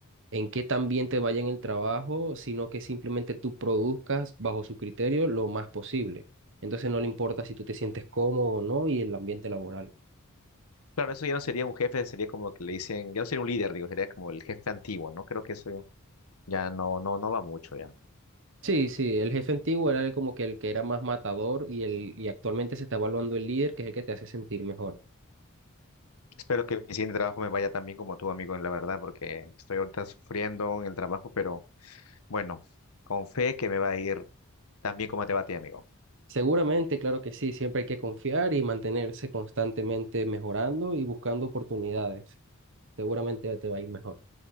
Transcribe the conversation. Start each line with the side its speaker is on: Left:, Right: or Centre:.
Right: en qué también te vaya en el trabajo, sino que simplemente tú produzcas bajo su criterio lo más posible. Entonces no le importa si tú te sientes cómodo o no y el ambiente laboral.
Left: Claro, eso ya no sería un jefe, sería como que le dicen, ya no sería un líder, digo, sería como el jefe antiguo, ¿no? Creo que eso ya no, no, no va mucho ya.
Right: Sí, sí, el jefe antiguo era el como que el que era más matador y, el, y actualmente se está evaluando el líder, que es el que te hace sentir mejor.
Left: Espero que mi siguiente trabajo me vaya tan bien como tú, amigo, en la verdad, porque estoy ahorita sufriendo en el trabajo, pero bueno, con fe que me va a ir tan bien como te va a ti, amigo.
Right: Seguramente, claro que sí, siempre hay que confiar y mantenerse constantemente mejorando y buscando oportunidades. Seguramente te va a ir mejor.